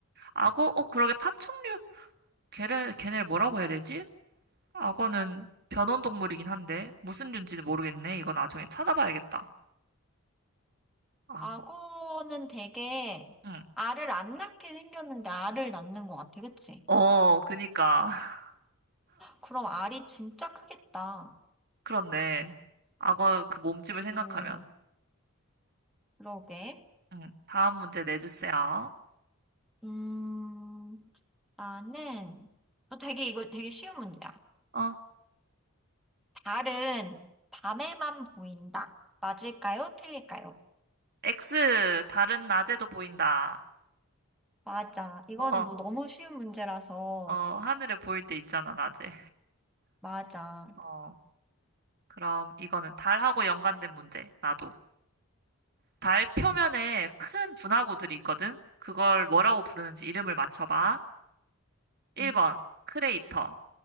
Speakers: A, on the right; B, in the centre.
A: 악어, 어, 그러게 파충류. 걔네, 걔네를 뭐라고 해야 되지? 악어는 변온 동물이긴 한데 무슨 류인지는 모르겠네. 이건 나중에 찾아봐야겠다. 악어.
B: 악어는 되게
A: 응.
B: 알을 안 낳게 생겼는데 알을 낳는 것 같아, 그치?
A: 어, 그니까. <laughs>
B: 그럼 알이 진짜 크겠다.
A: 그렇네. 악어 그 몸집을 생각하면.
B: 오, 그러게.
A: 응. 다음 문제 내주세요.
B: 음, 나는 어, 되게 이거 되게 쉬운 문제야.
A: 어,
B: 달은 밤에만 보인다. 맞을까요? 틀릴까요?
A: X 다른 낮에도 보인다.
B: 맞아. 이거는
A: 어,
B: 뭐 너무 쉬운 문제라서.
A: 어, 하늘에 보일 때 있잖아, 낮에.
B: 맞아.
A: 어, 그럼 이거는 달하고 연관된 문제. 나도. 달 표면에 큰 분화구들이 있거든. 그걸 뭐라고 부르는지 이름을 맞춰봐. 1번
B: 음.
A: 크레이터,